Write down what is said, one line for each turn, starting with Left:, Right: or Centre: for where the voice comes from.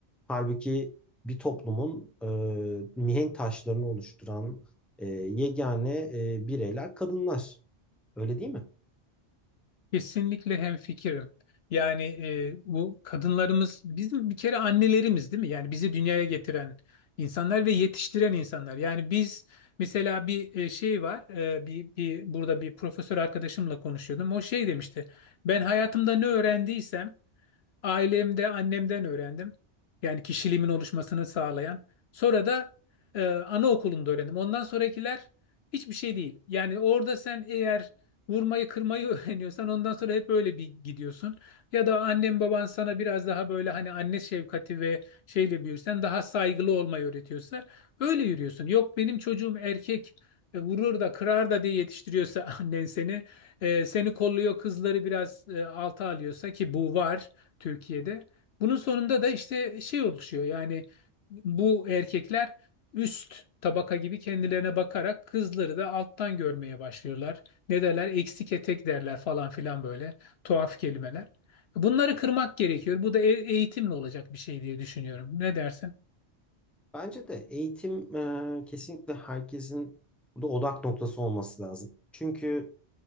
Centre: Halbuki bir toplumun e, mihenk taşlarını oluşturan e, yegane e, bireyler kadınlar. Öyle değil mi?
Left: Kesinlikle hemfikirim. Yani e, bu kadınlarımız bizim bir kere annelerimiz değil mi? Yani bizi dünyaya getiren insanlar ve yetiştiren insanlar. Yani biz mesela bir e, şey var. e, bir, bir burada bir profesör arkadaşımla konuşuyordum. O şey demişti. Ben hayatımda ne öğrendiysem Ailemde annemden öğrendim. Yani kişiliğimin oluşmasını sağlayan. Sonra da e, anaokulunda öğrendim. Ondan sonrakiler hiçbir şey değil. Yani orada sen eğer vurmayı kırmayı <laughs> öğreniyorsan ondan sonra hep öyle bir gidiyorsun. Ya da annem baban sana biraz daha böyle hani anne şefkati ve şeyle büyürsen daha saygılı olmayı öğretiyorsa öyle yürüyorsun. Yok benim çocuğum erkek e, vurur da kırar da diye yetiştiriyorsa <laughs> annen seni e, seni kolluyor kızları biraz e, alta alıyorsa ki bu var. Türkiye'de. Bunun sonunda da işte şey oluşuyor yani bu erkekler üst tabaka gibi kendilerine bakarak kızları da alttan görmeye başlıyorlar. Ne derler? Eksik etek derler falan filan böyle tuhaf kelimeler. Bunları kırmak gerekiyor. Bu da e- eğitimle olacak bir şey diye düşünüyorum. Ne dersin?
Centre: Bence de eğitim e, kesinlikle herkesin burada odak noktası olması lazım. Çünkü